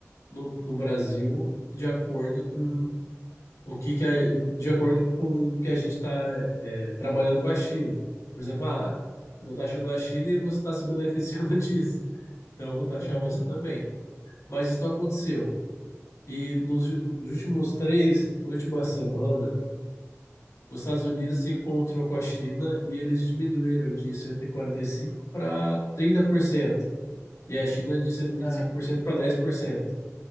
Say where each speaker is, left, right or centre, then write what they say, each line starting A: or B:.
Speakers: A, on the left; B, on the left.
A: no, no Brasil de acordo com
B: Uhum,
A: o que que é de acordo com o que a gente está trabalhando com a China. Por exemplo, ah, eu estou taxando a China e você está se beneficiando <laughs> disso. Então eu vou taxar
B: uhum.
A: você também. Mas isso não aconteceu. E nos, nos últimos três, na última semana, os Estados Unidos se encontrou com a China e eles diminuíram de 145 para 30%. E a China de 125%
B: Ah,
A: para 10%.